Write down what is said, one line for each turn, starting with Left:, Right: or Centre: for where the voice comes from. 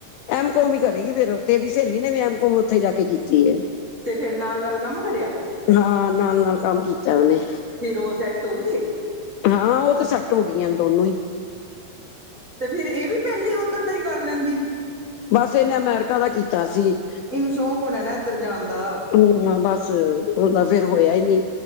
Left: ਐਮ ਕੋਮ ਈ ਕਰੇਗੀ ਫੇਰ ਓੱਥੇ, ਏਹਦੀ ਸਹੇਲੀ ਨੇ ਵੀ ਐਮ -ਕੋਮ ਓਥੇ ਜਾ ਕੇ ਕੀਤੀ ਏ।
Right: ਤੇ ਫੇਰ ਨਾਲ ਨਾਲ ਕੰਮ ਕਰਿਆ
Left: ਹਾਂ, ਨਾਲ-ਨਾਲ, ਕੰਮ ਕੀਤੈ ਉਹਨੇ।
Right: ਫਿਰ, ਉਹ ਸੈਟ ਹੋਗੀ?
Left: ਹਾਂ, ਉਹ ਤੇ ਸੈਟ ਹੋਗੀਆ ਨ ਦੋਨੋਂ ਈ।
Right: ਤੇ ਫੇਰ ਏ ਵੀ, ਪਹਿਲੇ ਉੱਧਰ ਦਾ ਈ ਕਰ ਲੈਂਦੀ।
Left: ਬਸ ਇਹਨੇ, ਅਮੈਰੀਕਾ ਦਾ ਕੀਤਾ ਸੀ।
Right: ਇਹਨੂੰ ਸ਼ੌਕ ਹੋਣੈ ਨਾ, ਇੱਧਰ ਜਾਣ ਦਾ
Left: ਹੂੰ, ਬਸ ਉਹਦਾ ਫੇਰ ਹੋਇਆ ਈ ਨੀ,